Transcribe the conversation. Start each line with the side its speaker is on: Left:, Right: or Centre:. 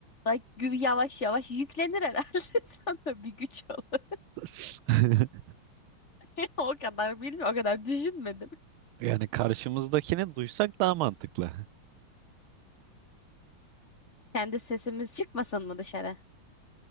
Left: da gü- yavaş yavaş yüklenir herhalde <laughs> sana bir güç olur.
Right: <laughs>
Left: <laughs> O kadar bilmiyorum, o kadar düşünmedim.
Right: Yani karşımızdakini duysak daha mantıklı.
Left: Kendi sesimiz çıkmasın mı dışarı?